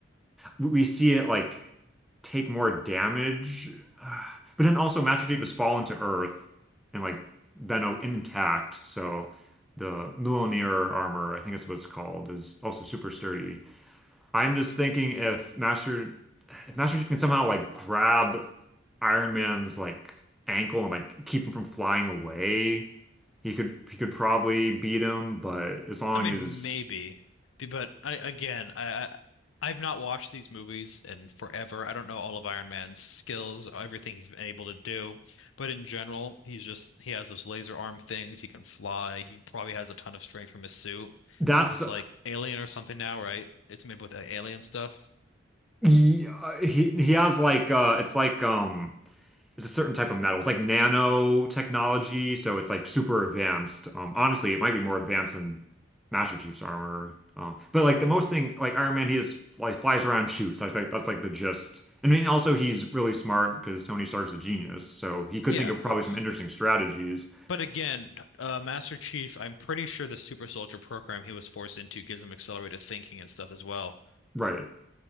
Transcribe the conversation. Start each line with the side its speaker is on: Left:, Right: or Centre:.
Centre: we see it like take more damage. <sighs> Uh, But then also Master Chief has fallen to Earth and like been o- intact. So the Mjolnir armor, I think that's what it's called, is also super sturdy. I'm just thinking if Master if Master Chief can somehow like grab Iron Man's like ankle and like keep him from flying away, he could he could probably beat him, but as long
Left: I mean,
Centre: as
Left: maybe, B- but I again, I, I I've not watched these movies in forever. I don't know all of Iron Man's skills, everything he's been able to do, but in general, he's just he has those laser arm things. He can fly. He probably has a ton of strength from his suit
Centre: that's
Left: because it's like alien or something now, right? It's made with uh, alien stuff.
Centre: He, uh, he he has like uh it's like um it's a certain type of metal. It's like nanotechnology, so it's like super advanced. Um honestly, it might be more advanced than Master Chief's armor. Um but like the most thing like Iron Man he just like flies around shoots. I think that's like the gist. I mean also he's really smart because Tony Stark's a genius, so he could
Left: Yeah,
Centre: think
Left: of
Centre: of probably
Left: course.
Centre: some interesting strategies.
Left: But again, uh, Master Chief, I'm pretty sure the Super Soldier program he was forced into gives him accelerated thinking and stuff as well.
Centre: Right.